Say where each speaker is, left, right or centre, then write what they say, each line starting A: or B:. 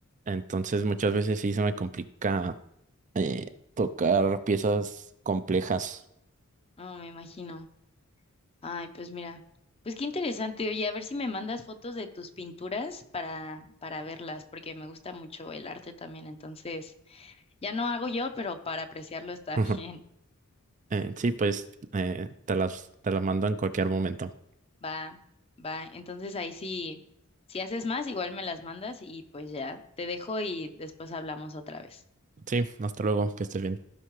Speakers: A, on the right; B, on the left.
A: entonces muchas veces sí se me complica eh, tocar piezas complejas.
B: No, me imagino. Ay, pues mira, pues qué interesante. Oye, a ver si me mandas fotos de tus pinturas para, para verlas, porque me gusta mucho el arte también, entonces. Ya no hago yo, pero para apreciarlo está
A: Ujú.
B: <laughs> bien.
A: Eh, sí, pues eh, te las, te las mando en cualquier momento.
B: Va, va. Entonces ahí sí, si haces más, igual me las mandas y pues ya te dejo y después hablamos otra vez.
A: Sí, hasta luego, que estés bien.